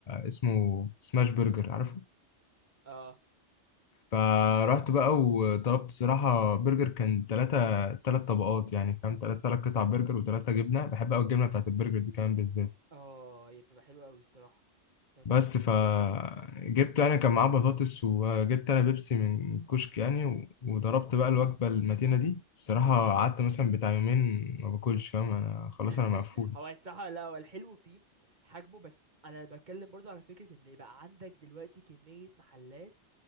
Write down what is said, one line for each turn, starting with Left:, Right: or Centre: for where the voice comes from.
Left: اسمه سماش برجر عارفه
Right: اه
Left: فرحت بقى وطلبت صراحه برجر كان ثلاثة ثلاث طبقات يعني فاهم ثلاث ثلاث قطع برجر وثلاثه جبنه بحب قوي الجبنه بتاعت البرجر دي كمان بالذات
Right: اه هي بتبقى حلوة أوي الصراحة هي
Left: بس
Right: فعلا بتكون
Left: فجبت
Right: جامدة
Left: انا كان معاه بطاطس وجبت انا بيبسي من كشك يعني و- وضربت
Right: مم.
Left: بقى الوجبه المتينه دي الصراحه قعدت مثلا بتاع يومين ما باكلش فاهم انا خلاص
Right: <laughs>
Left: انا مقفول
Right: هو الصراحة لا هو الحلو فيه حجمه بس أنا بتكلم برضو على فكرة إن يبقى عندك دلوقتي كمية محلات